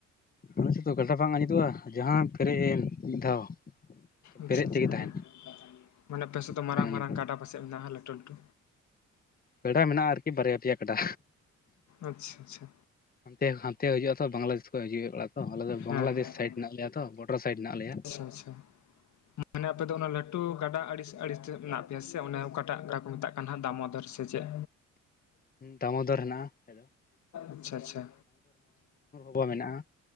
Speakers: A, on the left; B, on the left.
A: ᱟᱞᱮ ᱥᱮᱫ ᱫᱚ ᱜᱟᱰᱟ ᱵᱟᱝ ᱟᱸᱡᱮᱫᱚᱜᱼᱟ ᱡᱟᱦᱟᱸ ᱯᱮᱨᱮᱡ ᱮᱱ ᱢᱤᱫ ᱫᱷᱟᱣ᱾
B: ᱟᱪᱪᱷᱟ
A: ᱯᱮᱨᱮᱡ
B: ᱟᱪᱪᱷᱟ
A: ᱛᱮᱜᱮ ᱛᱟᱦᱮᱱᱟ
B: ᱦᱮᱸ, ᱢᱟᱱᱮ ᱟᱯᱮ ᱥᱮᱫ ᱫᱚ ᱢᱟᱨᱟᱝ
A: ᱵᱟᱝ ᱟᱸᱡᱮᱫᱚᱜᱼᱟ
B: ᱢᱟᱨᱟᱝ ᱜᱟᱰᱟ ᱯᱟᱥᱮᱡ ᱢᱮᱱᱟᱜᱼᱟ ᱦᱟᱸᱜ ᱞᱟᱹᱴᱩ ᱞᱟᱹᱴᱩ?
A: ᱜᱟᱰᱟ ᱢᱮᱱᱟᱜᱼᱟ ᱟᱨᱠᱤ ᱵᱟᱨᱭᱟ ᱯᱮᱭᱟ ᱜᱟᱰᱟ᱾
B: ᱟᱪᱪᱷᱟ ᱟᱪᱪᱷᱟ᱾
A: ᱦᱟᱱᱛᱮ ᱦᱟᱱᱛᱮ ᱦᱤᱡᱩᱜ ᱟ ᱛᱚ ᱵᱟᱝᱞᱟᱫᱮᱥ ᱠᱚ ᱦᱤᱡᱩᱜᱮᱫ ᱵᱟᱲ ᱛᱚ ᱟᱞᱮ ᱫᱚ ᱵᱟᱝᱞᱟᱫᱮᱥ
B: ᱦᱮᱸ ᱦᱮᱸ
A: ᱥᱟᱭᱤᱰ ᱦᱮᱱᱟᱜ ᱞᱮᱭᱟ ᱛᱚ ᱵᱚᱰᱟᱨ ᱥᱟᱭᱤᱰ ᱦᱮᱱᱟᱜ ᱞᱮᱭᱟ᱾
B: ᱟᱪᱪᱷᱟ ᱟᱪᱷᱟ᱾ ᱢᱟᱱᱮ ᱟᱯᱮ ᱫᱚ ᱚᱱᱟ ᱞᱟᱹᱴᱩ ᱜᱟᱰᱟ ᱟᱲᱤᱥ ᱟᱲᱤᱥ ᱛᱮ ᱢᱮᱱᱟᱜ ᱯᱮᱭᱟ ᱥᱮ ᱚᱱᱟ ᱚᱠᱟᱴᱟᱜ ᱜᱟᱰᱟ ᱠᱚ ᱢᱮᱛᱟᱜ ᱠᱟᱱ ᱦᱟᱸᱜ ᱫᱟᱢᱳᱫᱚᱨ ᱥᱮ ᱪᱮᱫ?
A: ᱫᱟᱢᱳᱫᱚᱨ ᱦᱮᱱᱟᱜᱼᱟ
B: ᱟᱪᱪᱷᱟ ᱟᱪᱪᱷᱟ᱾
A: ᱠᱚ ᱢᱮᱱᱟᱜᱼᱟ᱾